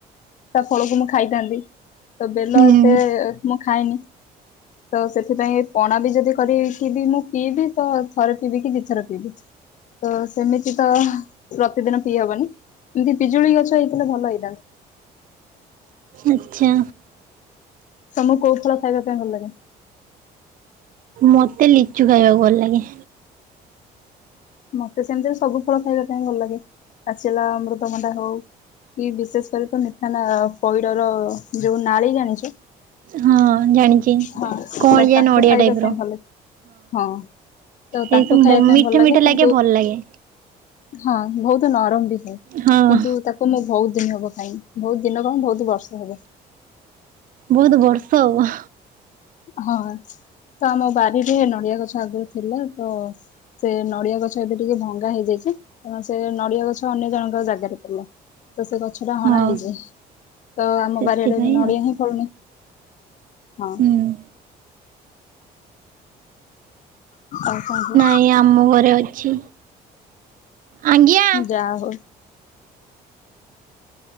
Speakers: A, on the left; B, on the right.
A: ତାଫଳକୁ ମୁଁ ଖାଇଥାନ୍ତି। ତ ବେଲ
B: ହୁଁ
A: ଏତେ ମୁଁ ଖାଏନି ତ ସେଥିପାଇଁ ପଣାବି ଯଦି କରିବି ମୁଁ ପିଇବି ତଥରେ ପିବିକି ଦିଇ ଥର ପିଇବି। ତ ସେମିତିତ ପ୍ରତିଦିନ ପିଇ ହବନି ଏମିତି ପିଜୁଳି ଗଛ ହେଇଥିଲେ ଭଲ ହେଇଥାନ୍ତା।
B: ଆଚ୍ଛା।
A: ତମକୁ କୋଉ ଫଳ ଖାଇବା ପାଇଁ ଭଲ ଲାଗେ?
B: ମତେ ଲିଚୁ ଖାଇବାକୁ ଭଲ ଲାଗେ।
A: ମତେ ସେମିତିରେ ସବୁ ଫଳ ଖାଇବା ପାଇଁଁ ଭଲ ଲାଗେ ପାଚିଲା ଅମୃଦଭଣ୍ଡା ହଉ କି ବିଶେଷ କରି ତମିଠା ପଇଡ଼ର ଯୋଉ ନାଳ ଜାଣିଚ?
B: ହଁ ଜାଣିଛି
A: ହଁ
B: କଅଁଳିଆ
A: ତ ତାକୁ
B: ନଡିଆ
A: ଖାଇବା
B: ଟାଇପ
A: ପାଇଁ
B: ର
A: ଭଲ ହଁ। ତ
B: ଏଇ
A: ତାକୁ
B: ସବୁ
A: ଖାଇବା ପାଇଁ
B: ମିଠା
A: ଭଲ ଲାଗେ
B: ମିଠା
A: କି
B: ଭଲ ଲାଗେ
A: ହଁ ବହୁତ୍ ନରମବି ଥାଏ
B: ହଁ
A: କିନ୍ତୁ ତାକୁ ମୁଁ ବହୁତ୍ ଦିନି ହବ ଖାଇନି ବହୁତ୍ ଦିନ କଁ ବହୁତ୍ ବର୍ଷ ହବ।
B: ବହୁତ ବର୍ଷ ଆଉ।
A: ହଁ ତ ଆମ ବାରିରେ ନଡ଼ିଆ ଗଛ ଆଗରୁ ଥିଲା ତ ସେ ନଡ଼ିଆ ଗଛ ଏବେ ଟିକେ ଭଙ୍ଗା ହେଇଯାଇଚି କାରଣ ସେ ନଡ଼ିଆ ଗଛ ଅନ୍ୟ ଜଣଙ୍କ ଜାଗାରେ ଥିଲା। ତ ସେ ଗଛଟା ହଣା
B: ହଁ
A: ହେଇଚି ତଆମ
B: ସେଥିପାଇଁ
A: ବାରିଆଡ଼େ ନଡ଼ିଆ
B: ଆଉ
A: ହିଁ ଫଳୁନି ହଁ।
B: ହୁଁ
A: ଆଉ କଣ କୁଅ
B: ଏ ଆମ ଘରେ ଅଛି। ଆଜ୍ଞା
A: ଯା ହଉ